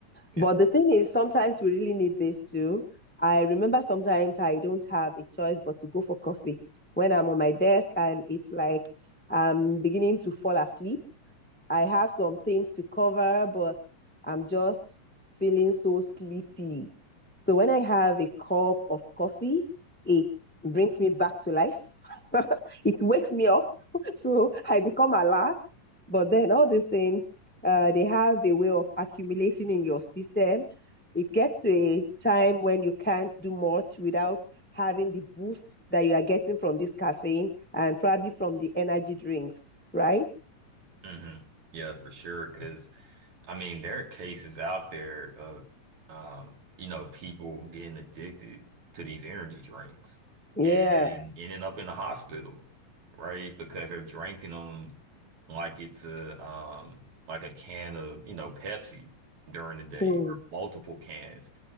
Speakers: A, on the right; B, in the centre.
A: yeah.
B: But the thing is, sometimes we really need this too. I remember sometimes I don't have a choice but to go for coffee when I'm on my desk and it's like I'm beginning to fall asleep I have some things to cover, but I'm just feeling so sleepy. So when I have a cup of coffee, it brings me back to life. <laughs> it wakes me up. <laughs> So I become alert. But then all these things, uh, they have a way of accumulating in your system. It gets to a time when you can't do much without having the boost that you are getting from this caffeine and probably from the energy drinks, right?
A: hmm Yeah, for sure. Because I mean, there are cases out there of um, you know, people getting addicted to these energy drinks
B: Yeah.
A: and ending up in the hospital, right? Because they're drinking them like it's a um like a can of, you know, Pepsi during the day,
B: Mm,
A: multiple cans.